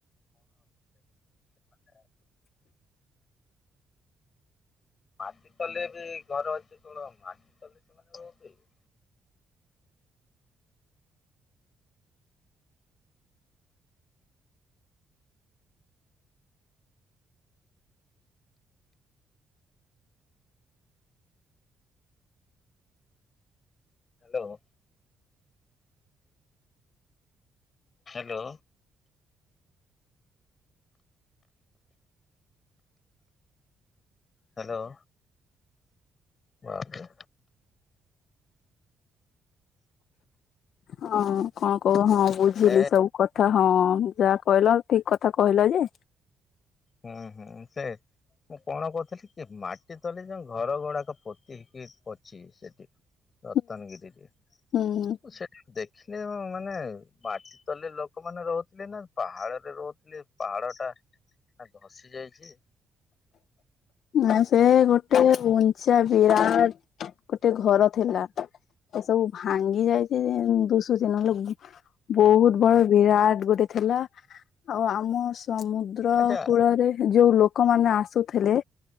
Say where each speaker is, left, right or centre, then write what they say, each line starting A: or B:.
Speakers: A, on the left; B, on the left.
A: ମାନେ ମାଟି ତଲେ ବି ଘରେ ଅଛି କଣ ମାଟି ତଲେ ସେମାନେ ରହୁଥିଲେ? ହ୍ୟାଲୋ। ହ୍ୟାଲୋ। ହ୍ୟାଲୋ। ବାବରେ
B: ହଁ କଣ କହୁନୁ ହଁ ବୁଝିଲି
A: ଏ
B: ସବୁ କଥା ହଁ ଯାହା କହିଲ ଠିକ କଥା କହିଲ ଯେ
A: ହୁଁ ହୁଁ ସେ ମୁଁ କଣ କହୁଥିଲି କି ମାଟି ତଲେ ଯୋଉ ଘର ଗୁଡାକ ପୋତି ହେଇକି ଅଛି ସେଠି
B: <inaudible>
A: ରତନଗିରିରେ
B: ହୁଁ
A: ସେଠି ଦେଖିଲେ ମାନେ ବା ତଲେ ଲୋକମାନେ ରହୁଥିଲେ ନା ପାହାଡରେ ରହୁଥିଲେପାହାଡ ଟା ନା ଧସି ଯାଇଛି।
B: ନା ସେ ଗୋଟେ ଉଞ୍ଚା ବିରାଟ ଗୋଟେ ଘର ଥିଲା। ସେସବୁ ଭାଙ୍ଗି ଯାଇଛି ଦୁଶୁଛି ନହେଲେ ବହୁତ ବଡ ବିରାଟ ଗୋଟେ ଥିଲା ଆଉ ଆମ ସମୁଦ୍ର। ସମୁଦ୍ରକୂଳରେ
A: ଆଚ୍ଛା
B: ଯୋଉ ଲୋକମାନେ ଆସୁଥିଲେ।